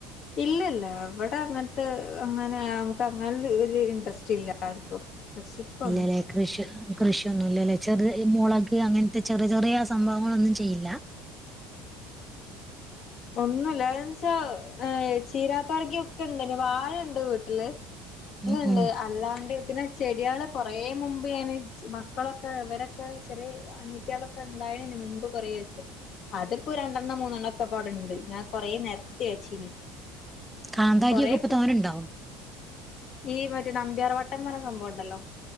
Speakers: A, on the left; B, in the centre.
A: ഇല്ലല്ല ഇവിടെ അങ്ങനത്തെ അങ്ങനെ ഞമക്ക് അങ്ങല് ഒരു ഇൻട്രസ്റ്റ് ഇല്ല ആർക്കും കൃഷിക്കൊന്നും
B: ഇല്ലല്ലേ കൃഷി കൃഷിയൊന്നും ഇല്ല ലെ ചെറ് മോളക് അങ്ങൻത്തെ ചെറ്ചെറിയ സംഭവങ്ങളൊന്നും ചെയ്യില്ല
A: ഒന്നും ഇല്ലാ വെച്ചാ ചീരാപ്പർങ്കി ഒക്കെ ഇണ്ടന്ന് വാഴണ്ട് വീട്ട്ല്
B: ഉം
A: ങ്ങ്ണ്ട്
B: ഉം
A: അല്ലാണ്ട് പിന്നെ ചെടിയള് കൊറേ മുമ്പ് ഞാന് മക്കളൊക്കെ ഇവരൊക്കെ ചെറിയ അനിയത്യാളൊക്കെ ഇണ്ടായന് മുമ്പ് കൊറേ വെച്ച് അത് പ്പൊ രണ്ടെണ്ണം മൂന്നെണ്ണം ഒക്കെ പ്പവടണ്ട് ഞാൻ കൊറേ നെര്ത്തി വെച്ചിനി
B: കാന്താരിയൊക്കെ
A: കൊറേ
B: ഇപ്പൊ തോനണ്ടോ
A: ഈ മറ്റേ നമ്പ്യാർ വട്ടം പർഞ്ഞ സംഭവം ഉണ്ടല്ലോ